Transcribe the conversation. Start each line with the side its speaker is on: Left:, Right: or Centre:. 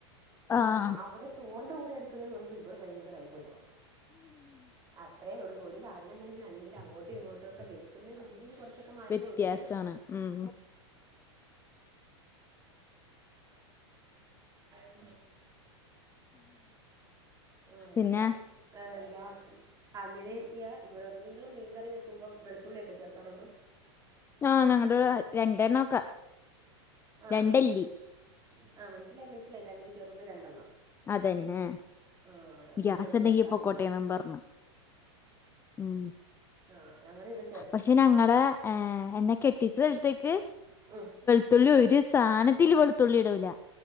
Left: ആഹ്
Right: അവിടെ ചോറിന്റെ കൂടെ എടുക്കുന്നെന്ന് പറയുമ്പോ ഇവിടെ ഭയങ്കര അത്ഭുതവാ. അ അത്രേുള്ളൂ ഒരു സാധനം തന്നെയാണെങ്കിൽ അങ്ങോട്ടും ഇങ്ങോട്ടും ഒക്കെ വെക്കുന്ന രീതി തീം കുറച്ചൊക്കെ മാറ്റോണ്ട്
Left: വ്യത്യാസാണ് ഉം
Right: <unintelligible> ആഹ് ഇത്ടക്ക
Left: പിന്നെ
Right: ആഹ് എന്താ അങ്ങനെ യാ ഇവിടെ വന്ന് നിങ്ങള് മീൻകറി വെക്കുമ്പോ വെളുത്തുള്ളിയൊക്കെ ചേർക്കാറുണ്ട.
Left: ആഹ് ഞങ്ങടെ വിടെ രണ്ടെണ്ണൊക്കെ
Right: ആഹ്
Left: രണ്ടല്ലി
Right: മന്സിലായി മനസ്സിലായി രണ്ട് ചെറുത് രണ്ടെണ്ണം.
Left: അതന്നെ
Right: ആ ഞങ്ങളിവിടെ
Left: ഗ്യാസ്സുണ്ടെങ്കി
Right: ചേർക്കാറില്ല
Left: പൊക്കോട്ടെന്നും പറഞ്ഞ്. ഉമ്
Right: ആഹ് ഞങ്ങട ശ്
Left: പക്ഷെ ഞങ്ങടെ ഏഹ് എന്നെ കെട്ടിച്ച സ്ഥലത്തേക്ക്
Right: ഉമ്
Left: ത്തുള്ളി ഒരു സാനത്തിൽ വെളുത്തുള്ളി ഇടൂല.